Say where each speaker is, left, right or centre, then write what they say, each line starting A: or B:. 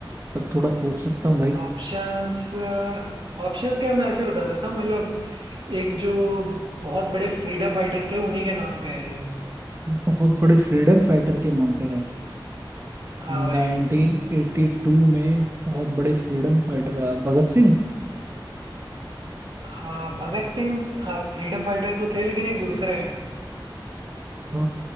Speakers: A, on the right; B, on the right.
A: तब थोड़ा सोच सकता हूँ भाई
B: ऑप्शंस ऑप्शंस क्या मैं ऐसे बता देता हूँ मतलब एक जो बहुत बड़े फ्रीडम फाइटर थे उन्हीं के नाम पे है ये
A: बहुत बड़े फ्रीडम फाइटर के नाम पे है
B: हाँ
A: 1982
B: भाई
A: में बहुत बड़े फ्रीडम फाइटर भगत सिंह
B: हाँ भगत सिंह हाँ फ्रीडम फाइटर तो थे लेकिन एक दूसरे हैं
A: अ,